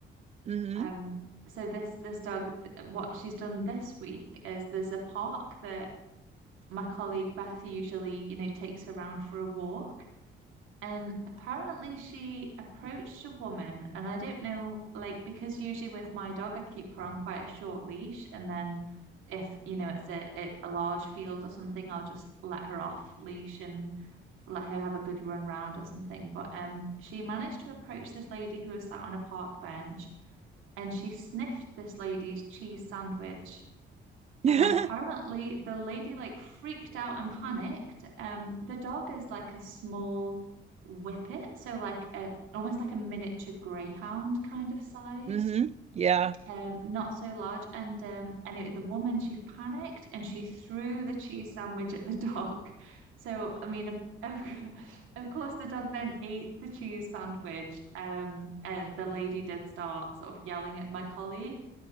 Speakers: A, on the right; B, on the right.
A: Mm-hmm.
B: Um, so this this dog, th- what she's done this week is there's a park that my colleague Beth usually, you know, takes her around for a walk. And apparently she approached a woman, and I don't know, like, because usually with my dog, I keep her on quite a short leash, and then if, you know, it's a, a a large field or something, I'll just let her off leash and let her have a good run round or something. But um, she managed to approach this lady who was sat on a park bench, and she sniffed this lady's cheese sandwich.
A: <laughs>
B: And apparently the lady like freaked out and panicked. Um, the dog is like a small whippet, so like a almost like a miniature greyhound kind of size.
A: mm-hmm. Yeah. <laughs>
B: Um, not so large. And um, anyway, the woman she panicked and she threw the cheese sandwich at the dog. <laughs> So I mean, of, of, <laughs> of course, the dog then ate the cheese sandwich. Um, and the lady did start sort of yelling at my colleague.